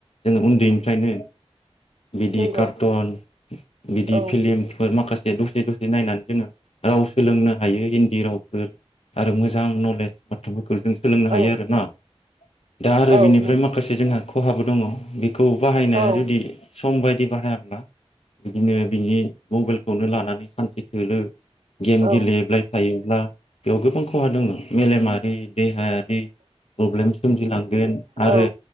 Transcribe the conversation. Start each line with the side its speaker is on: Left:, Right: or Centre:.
Left: जोङो उन्दैनिफ्रायनो बिदि
Right: नंगौ
Left: कार्टुन बिदि
Right: औ
Left: फिलिमफोर माखासे। दसे दसे नायनानै जोङो राव सोलोंनो हायो। जेरावफोर। आरो मोजां नलेज बाथ्राफोरखौ जों सोलोंनो
Right: औ
Left: हायो आरोना दा आरो
Right: औ
Left: बेनिफ्राय
Right: नंगौ
Left: माखासे जोंहा। खहाबो दङ। बेखौ बाहायनाया
Right: औ
Left: जुदि सम बायदि बाहायाब्ला बिदिनो बिनि मबाइलखौनो लानानै। सान्से थोलो गेम
Right: औ
Left: गेलेब्लाय होयोब्ला बेयाव गोबां खहा दङ मेलेमारि देहायारि प्रब्लेम। सोमजिलाङो। आरो
Right: औ